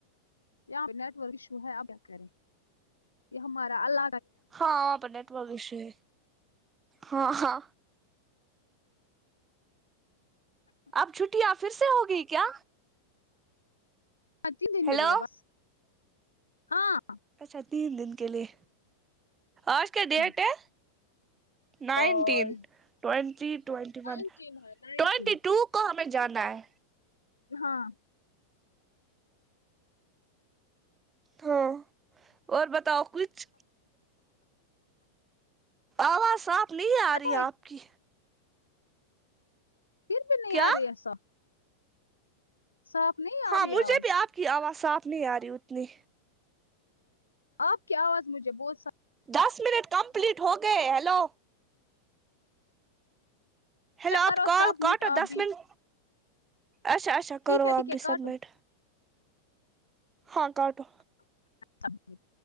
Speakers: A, on the left; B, on the right.
A: یہاں پہ نیٹورک ایشو ہے اب کیا کریں یہ ہمارا ال
B: ہاں یہاں پہ نیٹورک ایشو ہے ہاں ہاں اب چھٹیاں پھر سے ہوگی کیا
A: بس تین دن
B: ہیلو
A: کے لیے بس ہاں
B: اچھا تین دن کے لیے آج کیا ڈیٹ
A: ہاں
B: ہے nineteen
A: اور
B: twenty twenty
A: nineteen
B: one
A: ہے نائنٹین
B: ٹیونٹی ٹو کو ہمیں جانا ہے
A: ہاں
B: ہاں اور بتاؤ کچھ آواز صاف نہیں آ
A: پتا
B: رہی
A: ہے
B: آپ کی
A: پھر بھی نہیں
B: کیا
A: آ رہی صاف صاف نہیں
B: ہاں
A: آ رہی
B: مجھے
A: آواز
B: بھی آپ کی آواز صاف نہیں آ رہی اتنی
A: آپ کی آواز مجھے بہت صا
B: دس منٹ کمپلیٹ ہو گئے ہیلو ہیلو
A: اچھا
B: آپ
A: کرو
B: کال
A: سبمٹ
B: کاٹو
A: آپ
B: دس
A: بھی
B: منٹ اچھا اچھا
A: ٹھیک
B: کرو
A: ہے ٹھیک
B: آپ
A: ہے
B: بھی
A: کاٹو
B: سبمٹ ہاں کاٹو
A: سمیٹ